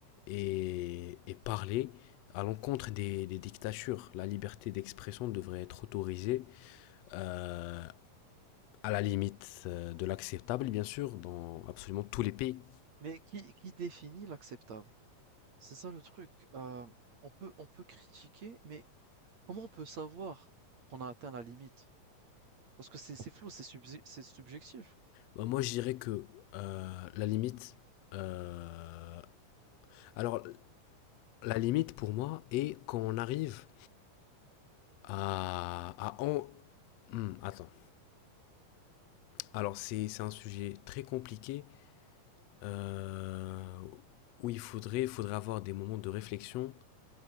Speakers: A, on the left (about 80°); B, on the right (about 55°).
A: et, et parler à l'encontre des, des dictatures. La liberté d'expression devrait être autorisée euh, à la limite euh, de l'acceptable, bien sûr, dans absolument tous les pays.
B: Mais qui, qui définit l'acceptable? C'est ça le truc. Euh, on peut, on peut critiquer, mais comment on peut savoir qu'on a atteint la limite? Parce que c'est c'est flou, c'est subje- c'est subjectif.
A: Bah, moi, je dirais que euh, la limite... Euh, alors, la limite pour moi est quand on arrive À, à en- Hmm, attends. Alors, c'est, c'est un sujet très compliqué euh, où il faudrait, faudrait avoir des moments de réflexion.